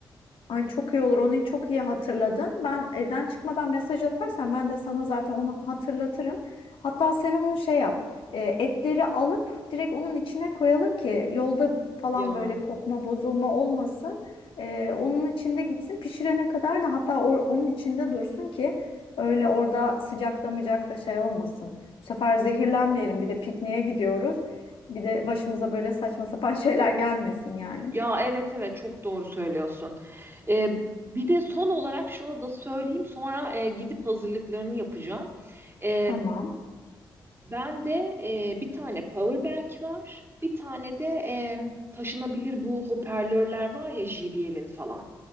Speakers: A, on the left (about 70°); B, on the right (about 25°).
A: Ay çok iyi olur. Onu çok iyi hatırladın. Ben evden çıkmadan mesaj atarsan ben de sana zaten onu hatırlatırım. Hatta sen onu şey yap. e, etleri alıp direkt onun içine koyalım ki yolda falan
B: Ya
A: böyle kokma bozulma olmasın. E, onun içinde gitsin pişirene kadar da hatta o- onun içinde dursun ki öyle orada sıcakta mıcakta şey olmasın. Bu sefer zehirlenmeyelim. Bir de pikniğe gidiyoruz. Bir de başımıza böyle saçma sapan <laughs> şeyler gelmesin yani.
B: ya evet evet çok doğru söylüyorsun. E, bir de son olarak şunu da söyleyeyim sonra e, gidip hazırlıklarını yapacağım. E,
A: Tamam.
B: ben de e, bir tane power bank var. Bir tane de e, taşınabilir bu hoparlörler var ya JBL'in falan.